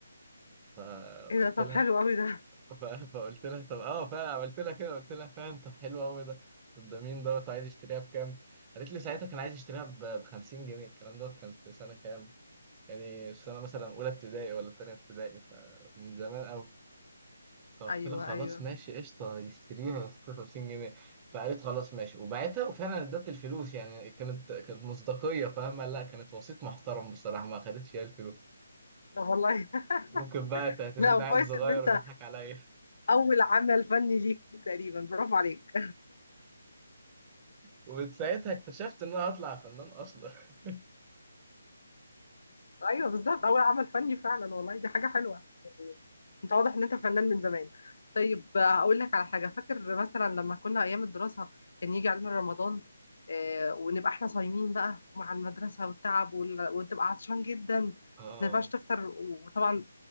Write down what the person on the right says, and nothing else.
فقلت
لها
ف- فقلت لها طب اه فعلا عملت لها كده قلت لها فعلا طب حلو قوي ده طب ده مين دوت وعايز يشتريها بكام؟ قالت لي ساعتها كان عايز يشتريها ب 50 جنيه الكلام دوت كان في سنه كام؟ يعني في سنه مثلا اولى ابتدائي ولا تانية ابتدائي فمن زمان قوي فقلت
لها خلاص
ماشي قشطه يشتريها يا 56 جنيه فقالت خلاص ماشي وبعتها وفعلا ادت الفلوس يعني كانت كانت مصداقيه فاهمه لا كانت وسيط محترم بصراحه ما خدتش هي الفلوس
ممكن بقى تعتبرني
عيل
صغير
وتضحك عليا
ومن ساعتها اكتشفت ان انا هطلع فنان اصلا <laughs>
اه